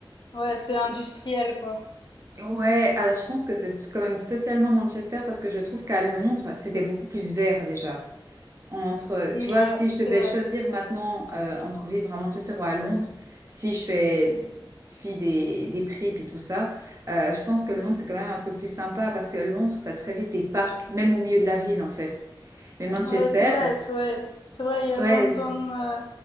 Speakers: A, on the left; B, on the right.
A: ouais, c'est
B: C'est-
A: industriel, quoi.
B: Ouais, alors je pense que c'est quand même spécialement Manchester, parce que je trouve qu'à Londres, c'était beaucoup plus vert déjà entre,
A: Mm,
B: tu vois,
A: Ouais,
B: si je
A: c'est
B: devais
A: vrai.
B: choisir maintenant euh, entre vivre à Manchester ou à Londres, si je fais fi des, des prix et tout ça, euh, je pense que Londres, c'est quand même un peu plus sympa parce que Londres, tu as très vite des parcs, même au milieu de la ville, en fait. Mais Manchester,
A: Ouais, c'est vrai, c'est vrai, c'est vrai. Il y a
B: ouais,
A: London, euh,